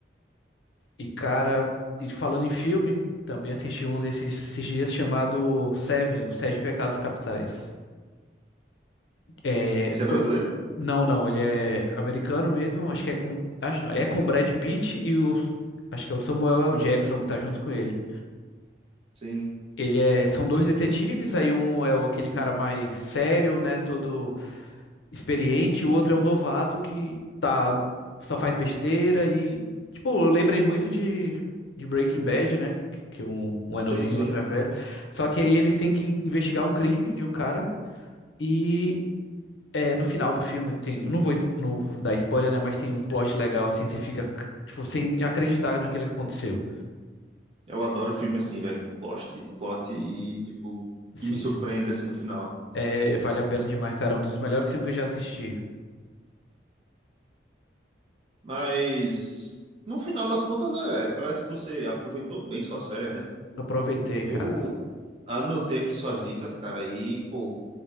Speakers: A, on the left; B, on the right.
A: E, cara, e falando em filme, também assisti um desses esses dias chamado Seven, Os Sete Pecados Capitais. É,
B: Esse
A: co-
B: é brasileiro?
A: Não, não, ele é americano mesmo, acho que é com, acho não, é com o Brad Pitt e o, acho que é o Samuel L.
B: Hum,
A: Jackson que tá junto com ele.
B: Sim,
A: Ele é, são dois detetives, aí um é o- aquele cara mais sério, né, todo experiente, o outro é o novato que tá, só faz besteira e, tipo, eu lembrei muito de, de Breaking Bad, né, que, que um, um é novinho,
B: sim, sim.
A: outro é velho, só que aí eles têm que in- investigar um crime de um cara e É, no final do filme tem, eu não vou es- não dar spoiler, né, mas tem um plot legal assim, você fica tipo sem acreditar naquilo que aconteceu.
B: Eu adoro filme assim, velho, com plot, plot e, tipo,
A: Sim,
B: que me surpreende
A: sim.
B: assim no final.
A: É, vale a pena demais, cara, é um dos melhores filmes que eu já assisti.
B: Mas, no final das contas, é, parece que você aproveitou bem suas férias, né?
A: Aproveitei,
B: Eu
A: cara.
B: anotei aqui suas dicas, cara, e, pô,